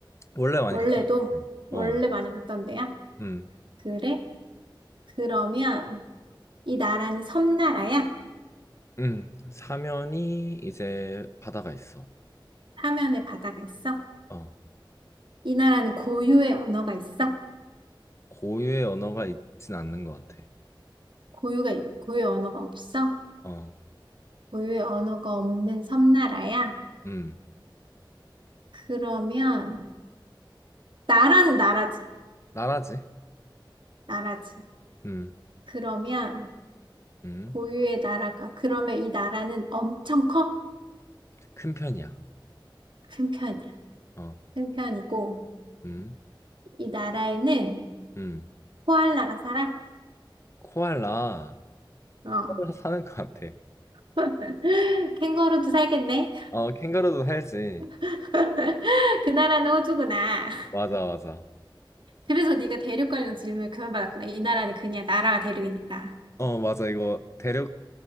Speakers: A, on the left (about 35°); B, on the right (about 75°).
A: 원래 많이
B: 원래도
A: 갔던 것 같아.
B: 원래
A: 어.
B: 많이 갔던 데야?
A: 음.
B: 그래? 그러면 이 나라는 섬나라야?
A: 음. 사면이 이제 바다가 있어.
B: 사면에 바다가 있어?
A: 어.
B: 이 나라는 고유의 언어가 있어?
A: 고유의 언어가 있진 않는 것 같아.
B: 고유가 고유의 언어가 없어?
A: 어.
B: 고유의 언어가 없는 섬나라야?
A: 음.
B: 그러면 나라는 나라지.
A: 나라지?
B: 나라지.
A: 음.
B: 그러면
A: 음.
B: 고유의 나라가 그러면 이 나라는 엄청 커?
A: 큰 편이야.
B: 큰 편이야.
A: 어.
B: 큰 편이고
A: 음.
B: 이 나라에는
A: 음.
B: 코알라가 살아?
A: 코알라.
B: 어.
A: 코알라 사는 것 같아.
B: <laughs> 캥거루도 살겠네.
A: 어, 캥거루도 살지.
B: <laughs> 그 나라는 호주구나.
A: 맞아, 맞아.
B: 그래서 네가 대륙 관련 질문을 그만받았구나. 이 나라는 그냥 나라가 대륙이니까.
A: 어, 맞아. 이거 대륙